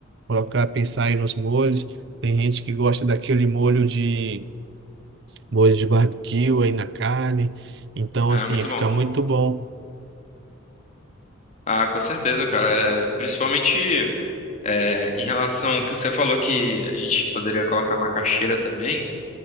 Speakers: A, on the right; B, on the left.
A: Colocar, pensar aí nos molhos. Tem gente que gosta daquele molho de molho de barbecue aí na carne. Então,
B: Ah,
A: assim,
B: muito
A: fica
B: bom.
A: muito bom.
B: Ah, com certeza, cara. É, principalmente é, em relação ao que você falou que a gente poderia colocar uma caixeira também.